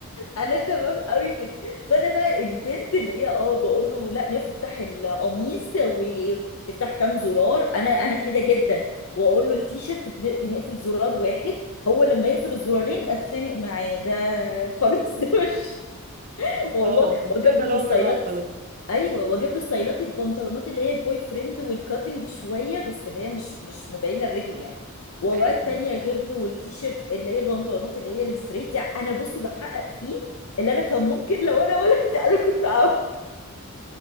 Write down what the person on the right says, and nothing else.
اه مستقبل
عمر
راح خلاص
أيوة.